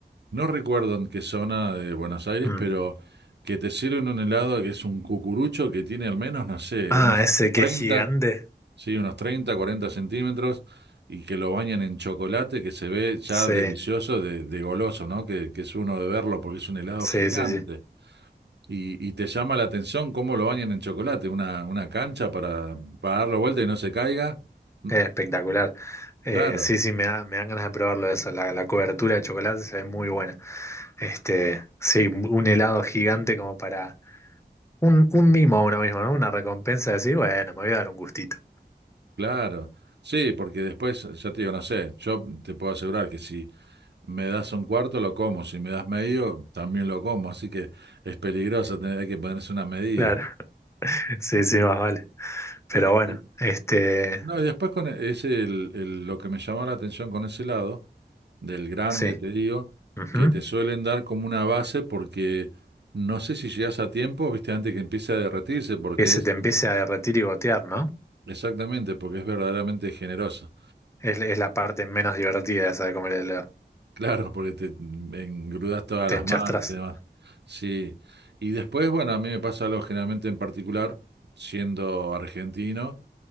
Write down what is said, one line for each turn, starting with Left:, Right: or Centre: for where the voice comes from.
Right: No recuerdo en qué zona de Buenos Aires,
Left: Mm.
Right: pero que te sirven un helado que es un cucurucho que tiene al menos, no sé,
Left: Ah,
Right: unos
Left: ese que
Right: 30
Left: es gigante.
Right: sí, unos 30 40 centímetros y que lo bañan en chocolate que se ve ya
Left: Sí,
Right: delicioso de, de goloso, ¿no? Que, que es uno de verlo porque es un helado
Left: sí,
Right: gigante.
Left: sí, sí.
Right: Y, y te llama la atención cómo lo bañan en chocolate, una, una cancha para, para darlo vuelta y no se caiga. Mm,
Left: Es espectacular. Eh,
Right: Claro,
Left: sí, sí, me da- me dan ganas de probarlo eso. La, la cobertura de chocolate se ve muy buena. Este, sí, un helado gigante como para Un, un mimo a uno mismo, ¿no? Una recompensa de decir, bueno, me voy a dar un gustito.
Right: claro. Sí, porque después, ya te digo, no sé, yo te puedo asegurar que si Me das un cuarto, lo como. Si me das medio, también lo como. Así que es peligroso, tener, hay que ponerse una medida.
Left: Claro, <laughs> sí, sí, más vale. Pero bueno,
Right: Y-
Left: este,
Right: No, y después con e- es el- el- lo que me llamó la atención con ese lado, del grande,
Left: sí.
Right: te digo,
Left: ujú.
Right: que te suelen dar como una base porque no sé si llegas a tiempo, viste, antes que empiece a derretirse, porque
Left: Que se
Right: es
Left: te empiece a derretir y gotear, ¿no?
Right: exactamente, porque es verdaderamente generoso.
Left: Es, es la parte menos divertida esa de comer el helado.
Right: Claro, porque te engrudas todas
Left: Te
Right: las
Left: enchastras.
Right: manos y demás. Sí. Y después, bueno, a mí me pasa algo generalmente en particular, siendo argentino,